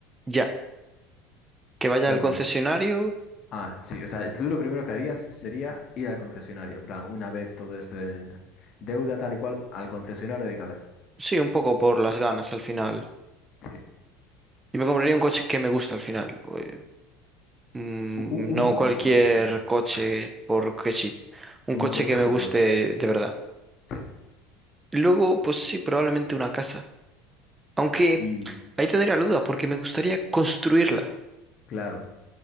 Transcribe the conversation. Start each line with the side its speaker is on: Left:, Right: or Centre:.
Right: ya, que vaya
Left: como
Right: al concesionario,
Left: yo. Ah, sí, o sea, tú lo primero que harías sería ir al concesionario, en plan, una vez todo esto en deuda tal y cual, al concesionario de cabeza.
Right: sí, un poco por las ganas al final.
Left: Sí.
Right: Y me compraría un coche que me gusta al final. eh, mm,
Left: U- u- Un,
Right: no
Left: buen
Right: cualquier
Left: coche, ¿no?
Right: coche
Left: Claro.
Right: porque sí. Un
Left: Un
Right: coche
Left: coche
Right: que
Left: jugoso.
Right: me guste de verdad.
Left: Sí.
Right: Luego, pues sí, probablemente una casa. Aunque...
Left: Y
Right: Ahí tendría la duda, porque me gustaría construirla,
Left: claro,